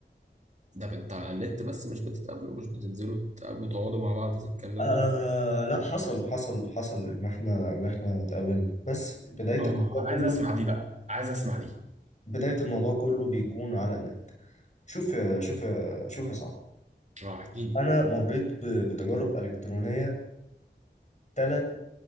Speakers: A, on the right (about 40°); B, on the left (about 40°).
A: ده انت على النت بس مش بتتقابلوا مش بتنزلوا تقابلوا تقعدوا مع بعض تتكلموا
B: آه لا حصل حصل حصل ان احنا ان احنا اتقابلنا بس بداية
A: اه
B: الموضوع
A: انا
B: كله
A: عايز اسمع دي بقى عايز اسمع دي
B: بداية الموضوع كله بيكون على النت شوف يا شوف يا شوف يا صاحبي
A: اه احكي لي
B: انا مريت ب- بتجارب الكترونية ثلاث